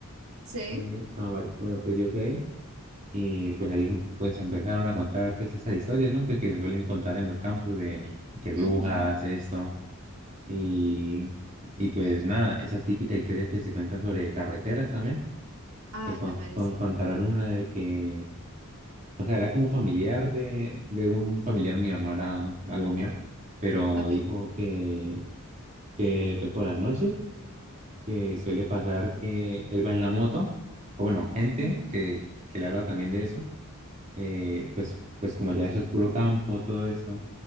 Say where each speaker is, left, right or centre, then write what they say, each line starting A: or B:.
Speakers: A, on the right; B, on the right.
A: sí,
B: eh, ah, vale. Bueno, pues yo fui ahí y pues ahí pues empezaron a contar pues estas historias, ¿no? Pues que se suelen contar en los campos de que brujas,
A: ujú.
B: esto. Y, y pues nada, esas típicas historias que se cuentan sobre carreteras también,
A: Ay,
B: pues con,
A: me Mari,
B: con-
A: sí,
B: contaron una de que, o sea, era como familiar de, de un familiar mío, no era algo mío, pero
A: ok.
B: dijo que que pues por las noches, que suele pasar que él va en la moto, o bueno, gente
A: ujú.
B: que, que le ha hablado también de eso, eh, pues, pues como ya eso es puro campo, todo esto,